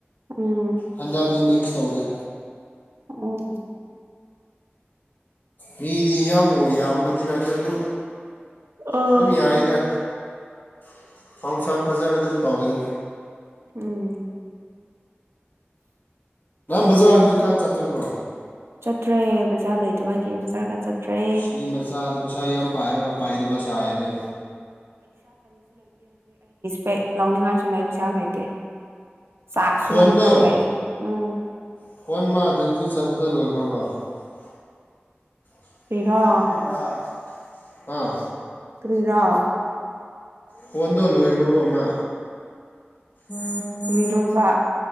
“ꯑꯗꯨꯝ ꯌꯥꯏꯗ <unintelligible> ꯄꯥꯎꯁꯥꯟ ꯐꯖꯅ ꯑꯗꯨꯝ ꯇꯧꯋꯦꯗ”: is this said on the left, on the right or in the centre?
Left